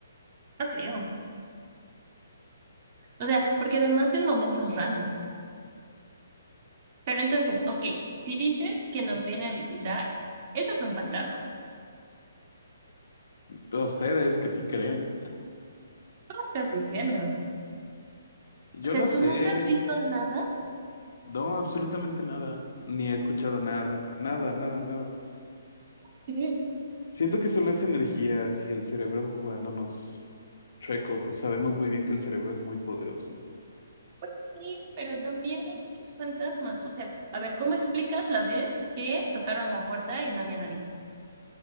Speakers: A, on the right (about 40°); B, on the left (about 75°).
A: No creo. O sea, porque además en momentos random. Pero entonces, ok, si dices que nos viene a visitar, eso es un fantasma.
B: A ustedes que sí creen.
A: ¿Cómo estás diciendo?
B: Yo
A: O sea,
B: lo
A: ¿tú
B: sé.
A: nunca has visto nada?
B: No, absolutamente nada. Ni he escuchado nada. Nada, nada, nada.
A: ¿Crees?
B: Siento que son las energías y el cerebro jugándonos chueco. Sabemos muy bien que el cerebro es muy poderoso.
A: Pues sí, pero también hay muchos fantasmas. O sea, a ver, ¿cómo explicas la vez que tocaron la puerta y no había nadie?